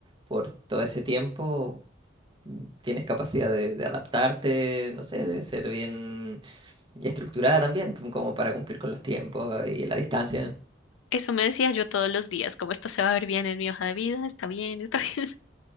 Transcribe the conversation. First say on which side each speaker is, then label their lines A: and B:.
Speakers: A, on the right (about 25°); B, on the left (about 85°).
A: por todo ese tiempo, tienes capacidad de, de adaptarte, no sé, debe ser bien estructurada también, como para cumplir con los tiempos y la distancia.
B: Eso me decía yo todos los días, como esto se va a ver bien en mi hoja de vida, está bien, está bien,